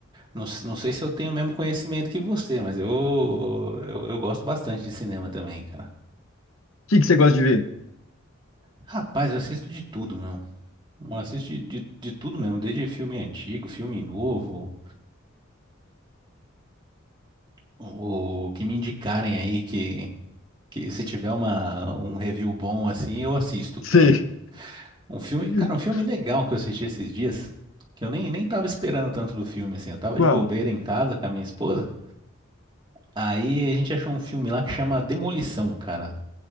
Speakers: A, on the right; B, on the left.
A: Não, s- não sei se eu tenho o mesmo conhecimento que você, mas eu, eu, eu gosto bastante de cinema também, cara.
B: que que você gosta de ver?
A: Rapaz, eu assisto de tudo, meu. Eu assisto de, de, de tudo mesmo, desde filme antigo, filme novo. O que me indicarem aí que, que se tiver uma, um review bom assim, eu assisto,
B: Sei.
A: cara. Um filme,
B: <laughs>
A: cara, um filme legal que eu assisti esses dias, que eu nem, nem tava esperando tanto do filme, assim. Eu tava
B: Qual?
A: de bobeira em casa com a minha esposa. Aí a gente achou um filme lá que chama Demolição, cara.